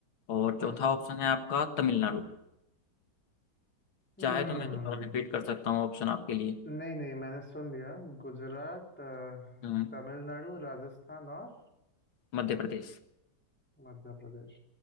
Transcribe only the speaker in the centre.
अच्छा
हम्म
नहीं नहीं मैंने सुन लिया गुजरात अ,
तमिलनाडु राजस्थान और
मध्य प्रदेश